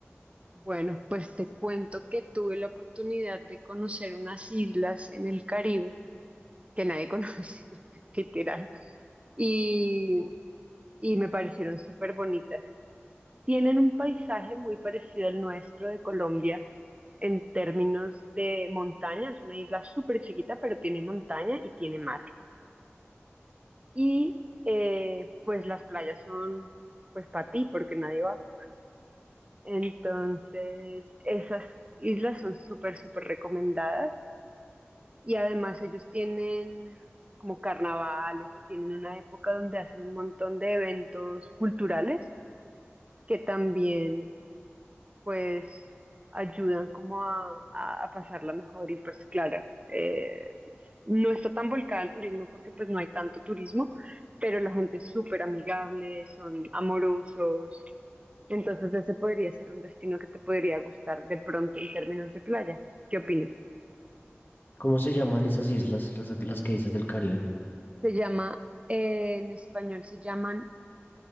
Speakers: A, on the right; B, on the left.
A: Bueno, pues te cuento que tuve la oportunidad de conocer unas islas en el Caribe que nadie conoce, <laughs> literal, y, y me parecieron súper bonitas. Tienen un paisaje muy parecido al nuestro de Colombia en términos de montaña. Es una isla súper chiquita, pero tiene montaña y tiene mar. Y eh, pues las playas son pues para ti, porque nadie va. Entonces, esas islas son súper, súper recomendadas. Y además ellos tienen como carnavales y tienen una época donde hacen un montón de eventos culturales que también pues ayudan como a, a- a pasarla mejor y pues claro, eh, no está tan volcada al turismo porque pues no hay tanto turismo, pero la gente es súper amigable, son amorosos, entonces ese podría ser un destino que te podría gustar de pronto en términos de playa. ¿Qué opinas?
B: ¿Cómo se llaman esas islas, las, las que dices del Caribe?
A: Se llama, eh, en español se llaman